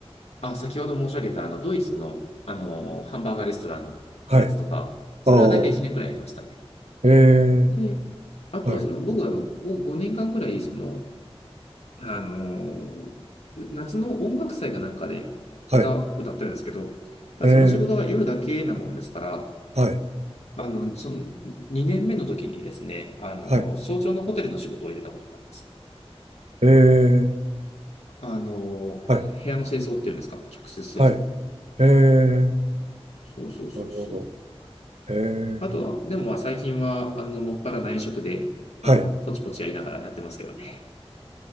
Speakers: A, on the left; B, on the right.
A: あ、先ほど申し上げた、あの、ドイツの、あの、ハンバーガーレストランのやつとか、
B: はい。
A: それは大体1年くらいやりましたね。
B: ああ。えー。
A: で、あとはその僕あの、
B: はい。
A: ここ5年間くらい、その、あの、夏の音楽祭かなんかで歌、
B: はい。
A: 歌ってるんですけど、ただその仕事が夜だけなもんですから、
B: えー。はい。
A: あの、その2年目の時にですね、あの、
B: はい。
A: 早朝のホテルの仕事を入れたことがあります。
B: えー。
A: あの、
B: はい。
A: 部屋の清掃っていうんですか、客室清掃。
B: はい。えー。
A: そうそうそうそう。
B: なるほど。えー。
A: あとは、でもまあ最近は、あの、もっぱら内職で、あの、
B: はい。
A: ポチポチやりながらやってますけどね。